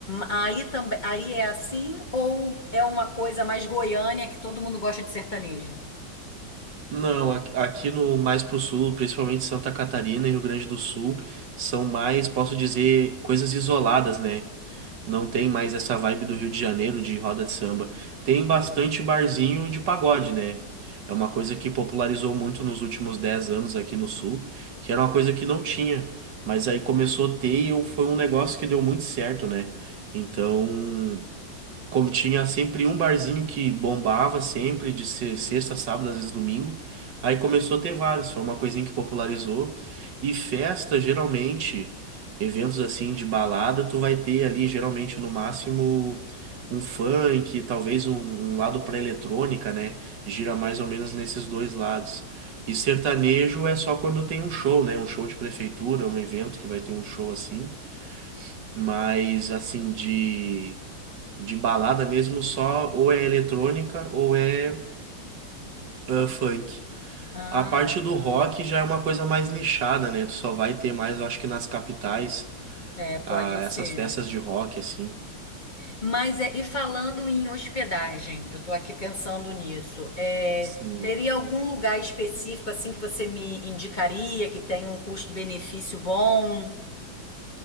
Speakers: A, on the left; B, on the right.
A: Aí também, aí é assim ou é uma coisa mais goiânia que todo mundo gosta de sertanejo?
B: Não, aqui aqui no mais pro sul, principalmente Santa Catarina e Rio Grande do Sul, são mais, posso dizer, coisas isoladas, né? Não tem mais essa vibe do Rio de Janeiro de roda de samba. Tem bastante barzinho de pagode, né? É uma coisa que popularizou muito nos últimos 10 anos aqui no sul, que era uma coisa que não tinha, mas aí começou a ter e eu- foi um negócio que deu muito certo, né? Então, como tinha sempre um barzinho que bombava sempre, de ser sexta, sábado, às vezes domingo. Aí começou a ter vários, foi uma coisinha que popularizou. E festa, geralmente, eventos assim de balada, tu vai ter ali, geralmente, no máximo, um funk, talvez um, um lado pra eletrônica, né? Gira mais ou menos nesses dois lados. E sertanejo é só quando tem um show, né? Um show de prefeitura, um evento que vai ter um show assim. Mas, assim, de. De balada mesmo só ou é eletrônica ou é ah, funk.
A: Ah,
B: A parte
A: bacana.
B: do rock já é uma coisa mais nichada, né? Tu só vai ter mais, eu acho que nas capitais,
A: É, pode
B: ah,
A: ser.
B: essas festas de rock, assim.
A: Mas é, e falando em hospedagem, eu tô aqui pensando nisso. É,
B: Sim.
A: teria algum lugar específico assim que você me indicaria que tenha um custo-benefício bom?